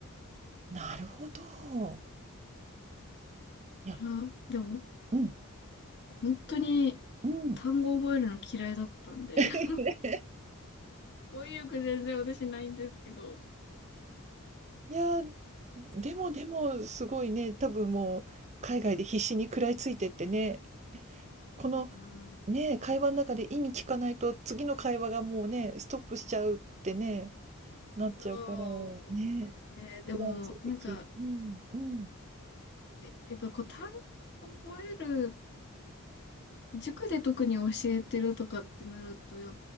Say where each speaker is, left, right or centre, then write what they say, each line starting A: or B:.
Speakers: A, on the right (about 30°); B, on the left (about 50°).
A: なるほど。
B: いや、
A: いや、
B: でも、
A: うん、
B: 本当に
A: うん。
B: 単語覚えるの嫌いだったんで、
A: <laughs>
B: <laughs> 語彙力全然私ないんですけど。
A: いや、でもでもすごいね、多分もう海外で必死に食らいついてってね、この
B: うん、
A: ね、会話の中で意味聞かないと次の会話がもうね、ストップしちゃうってね、なっちゃうから、
B: そうですね。
A: ね、
B: でも、
A: 食らいついてき、
B: なんか、
A: うんうん。
B: やっぱこう単語覚える塾で特に教えてるとかってなると、や、